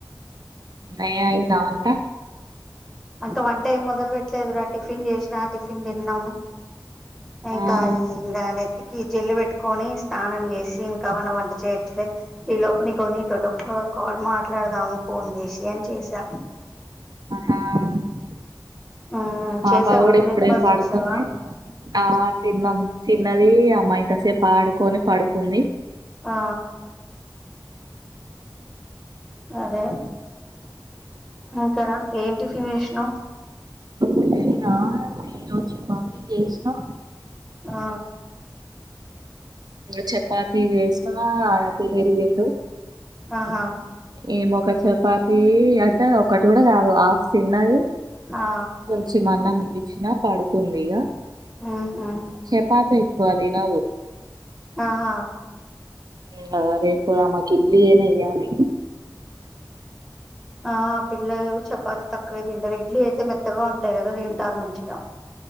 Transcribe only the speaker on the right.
అయి అయింద వంటా
ఆ
ఆ
నా పాప
కూడా
ఇప్పుడే పాడుకుని
ఆ తిన్నాము తిన్నది అమ్మా ఇంత సేపు ఆడుకొని పడుకుంది
టిఫినా ఈరోజు చపాతి చేసిన
చపాతి చేసిన తిని ఎలిండు
ఏమ ఒక చపాతి అడ్డ ఒకటి కూడా కాదు హాఫ్ చిన్నది
కొంచం అన్నం ఇచ్చిన పడుకుందిగా
చపాతి ఎక్కువ తినదు
మ్మ్ రెపు ఆమకి ఇడ్లీఅయినా వేయ్యాలి